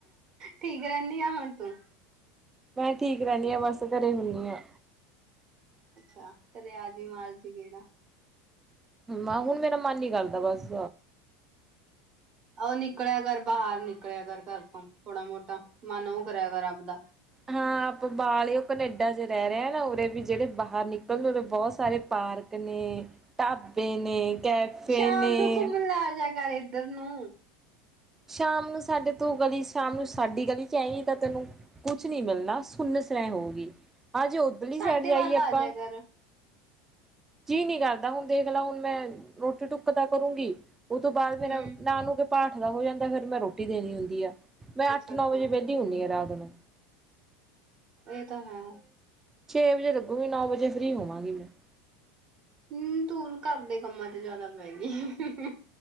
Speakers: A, on the right; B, on the right.
A: ਠੀਕ ਰਹਿੰਦੀ ਆ ਹੁਣ ਤੂੰ
B: ਮੈਂ ਠੀਕ ਰਹਿੰਦੀ ਆ ਬਸ ਘਰੇ ਹੁਨੀ ਆ
A: ਅੱਛਾ ਕਦੇ ਆਜੀ ਮਾਰ ਜੀ ਗੇੜਾ
B: ਬਾ ਹੁਣ ਮੇਰਾ ਮਨ ਨੀ ਕਰਦਾ ਬਸ
A: ਉਹ ਨਿਕਲਿਆ ਕਰ ਬਾਹਰ ਨਿਕਲਿਆ ਕਰ ਘਰ ਤੋਂ ਥੋੜਾ ਮੋਟਾ ਮਨ ਉਹ ਕਰਿਆ ਕਰ ਆਪਦਾ
B: ਹਾਂ ਆਪ ਬਾਹਰ ਓ ਕਨੇਡਾ ਚ ਰਹਿ ਰਿਹਾ ਨਾ ਉਰੇ ਵੀ ਜਿਹੜੇ ਬਾਹਰ ਨਿਕਲਣ ਉਰੇ ਬਹੁਤ ਸਾਰੇ ਪਾਰਕ ਨੇ ਢਾਬੇ ਨੇ ਕੈਫੇ
A: ਸ਼ਾਮ
B: ਨੇ
A: ਨੂੰ ਘੁੰਮਣ ਲਾ ਜਾ ਕਰ ਇੱਧਰ ਨੂੰ
B: ਸ਼ਾਮ ਨੂੰ ਸਾਡੇ ਤੋਂ ਗਲੀ ਸ਼ਾਮ ਨੂੰ ਸਾਡੀ ਗਲੀ ਚ ਆਏਗੀ ਤਾਂ ਤੈਨੂੰ ਕੁਛ ਨਹੀਂ ਮਿਲਣਾ ਸੁੰਨ ਸਰਾਏ ਹੋਊਗੀ ਹਾਂ ਜੇ ਉੱਧਰਲੀ
A: ਸਾਡੇ
B: ਸਇਡ ਜਾਈਏ
A: ਵੱਲ
B: ਆਪਾਂ
A: ਆ ਜਾ ਕਰ
B: ਜੀ ਨਹੀਂ ਕਰਦਾ ਹੁਣ ਦੇਖ ਲਾ ਹੁਣ ਮੈਂ ਰੋਟੀ ਢੁੱਕ ਦਾ ਕਰੂੰਗੀ ਉਹ ਤੋਂ ਬਾਅਦ ਮੇਰਾ
A: ਹਮ
B: ਨਹਾ ਨੂੰ ਕੇ ਪਾਠ ਦਾ ਹੋ ਜਾਂਦਾ ਫਿਰ ਮੈਂ ਰੋਟੀ ਦੇਣੀ ਹੁੰਦੀ ਆ ਮੈਂ
A: ਅੱਛਾ
B: ਅੱਠ
A: ਅੱਛਾ
B: ਨੌ ਵਜੇ ਵਿਹਲੀ ਹੁੰਦੀ ਹਾਂ ਰਾਤ ਚਲ
A: ਇਹ ਤਾਂ ਹੈ
B: ਛੇ ਵਜੇ ਲੱਗੂਗੀ ਨੌ ਵਜੇ ਫਰੀ ਹੋਵਾਂਗੀ ਮੈਂ
A: ਹੂੰ ਤੂੰ ਘਰ ਦੇ ਕੰਮਾਂ ਚ ਜ਼ਿਆਦਾ ਪੈ ਗਈ